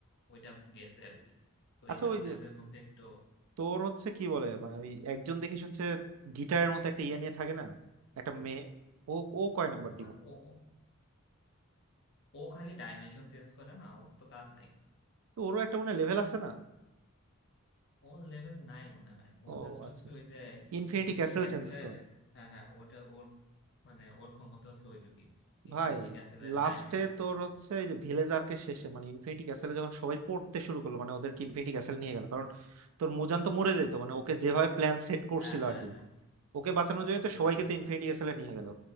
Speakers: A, on the left; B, on the right.
A: ওইটা গেছে আর কি তো
B: আচ্ছা
A: এই কারণে
B: ওই যে
A: ওদের মধ্যে একটু
B: তোর হচ্ছে কি বলে মানে ওই একজন দেখিস হচ্ছে গিটারের মতো একটা ইয়ে নিয়ে থাকে না একটা মেয়ে ও ও কয় নাম্বার
A: ঝামেলা ও খালি ডাইমেনশন চেঞ্জ করে না ওর তো কাজ নাই
B: তো ওরও একটা মনে লেভেল আছে না
A: ওর লেভেল নাই মনে হয় ও
B: ও
A: জাস্ট
B: আচ্ছা
A: হচ্ছে
B: আচ্ছা
A: ওই যে
B: ইনফিনিটি
A: ইনফিনিটি
B: ক্যাসেল
A: ক্যাসেলের
B: চেঞ্জ কর
A: হ্যাঁ হ্যাঁ ওটা ওর মানে ওর ক্ষমতা হচ্ছে ওইটুকুই ইনফিনিটি
B: ভাই
A: ক্যাসেলের
B: লাস্টে
A: ডাইমেনশন চেঞ্জ
B: তোর
A: করে
B: হচ্ছে এই যে ভিলেজারকে শেষে মানে ইনফিনিটি ক্যাসেলে যখন সবাই পড়তে শুরু করলো মানে ওদেরকে ইনফিনিটি ক্যাসেল নিয়ে গেল কারণ তোর মুজান তো মরে যাইতো মানে ওকে যেভাবে প্ল্যান সেট করছিল
A: হ্যাঁ হ্যাঁ
B: আর কি
A: হ্যাঁ
B: ওকে বাঁচানোর জন্য
A: ও তো
B: তো
A: মরে
B: সবাইকে
A: যেত
B: তো ইনফিনিটি ক্যাসেলে নিয়ে গেল